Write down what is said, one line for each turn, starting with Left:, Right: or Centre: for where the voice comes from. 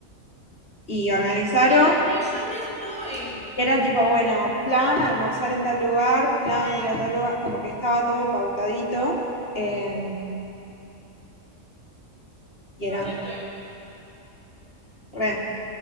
Left: y organizaron
Centre: Ay, re, yo re estoy.
Left: Era tipo, bueno, plan almorzar en tal lugar, plan ir a tal lugar, como que estaba todo pautadito. eh, y
Centre: Yo
Left: era
Centre: re estoy.
Left: re,